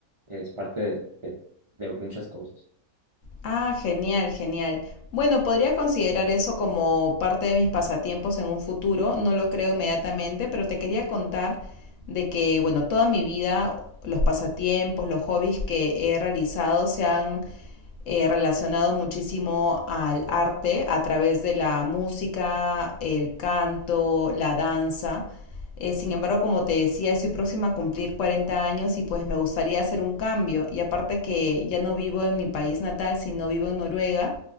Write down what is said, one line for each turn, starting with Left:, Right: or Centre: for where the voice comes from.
Right: es parte de, de- de muchas cosas.
Left: Ah, genial, genial. Bueno, podría considerar eso como parte de mis pasatiempos en un futuro, no lo creo inmediatamente, pero te quería contar de que, bueno, toda mi vida los pasatiempos, los hobbies que he realizado se han eh, relacionado muchísimo al arte a través de la música, el canto, la danza. Eh, sin embargo, como te decía, estoy próxima a cumplir 40 años y pues me gustaría hacer un cambio. Y aparte que ya no vivo en mi país natal, sino vivo en Noruega.